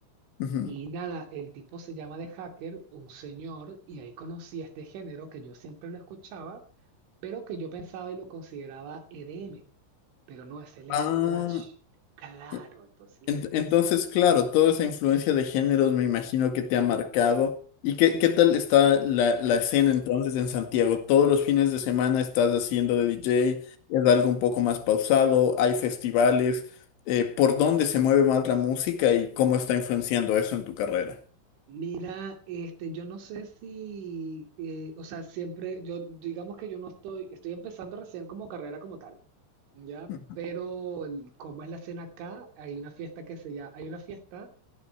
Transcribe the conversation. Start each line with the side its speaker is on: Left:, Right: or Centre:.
Left: Ujú.
Right: Y nada, el tipo se llama The Hacker, un señor, y ahí conocí este género que yo siempre lo escuchaba, pero que yo pensaba y lo consideraba EDM, pero no es Electroclash.
Left: Ah,
Right: Claro,
Left: e,
Right: entonces
Left: en-
Right: es.
Left: entonces, claro, toda esa influencia de géneros me imagino que te ha marcado. ¿Y qué, qué tal está la, la escena entonces en Santiago? ¿Todos los fines de semana estás haciendo de DJ? ¿Es algo un poco más pausado? ¿Hay festivales? Eh, ¿por dónde se mueve más la música y cómo está influenciando eso en tu carrera?
Right: Mira, este, yo no sé si, eh, o sea, siempre, yo digamos que yo no estoy, estoy empezando recién como carrera como tal, ¿ya?
Left: Ujú.
Right: Pero el- como es la escena acá, hay una fiesta que se llama, hay una fiesta